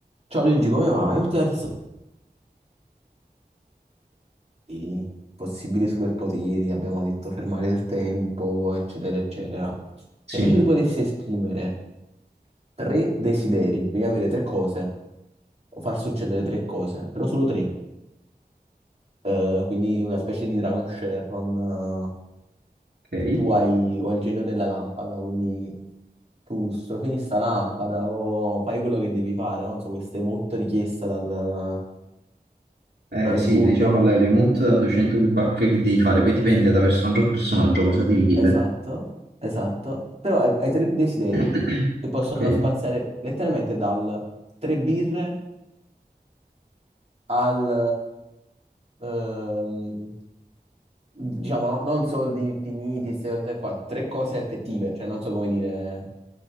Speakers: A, on the right (about 40°); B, on the right (about 85°).
A: Ciao Luigi, come va? Ultimamente sto i possibili superpoteri, abbiamo detto fermare il tempo, eccetera, eccetera.
B: Sì,
A: E invece tu potessi esprimere tre desideri, quindi avere tre cose, o far succedere tre cose, però solo tre. Eh, quindi una specie di Dragon Sharon, eh,
B: ok.
A: che tu hai, o il genio della lampada, quindi tu strofini sta lampada o fai quello che devi fare, no? non so, questa è molto richiesta dal,
B: Eh,
A: dal
B: sì,
A: mondo
B: diciamo la remote da 200 feedback che devi fare, poi dipende da personaggio a personaggio cosa ti richiede.
A: Esatto, esatto. Però hai, hai tre desideri
B: <clears throat>
A: che possono
B: Ok,
A: spaziare letteralmente dal tre birre al, ehm, diciamo, no- non soldi infiniti, queste cose qua, tre cose effettive, cioè non so come dire,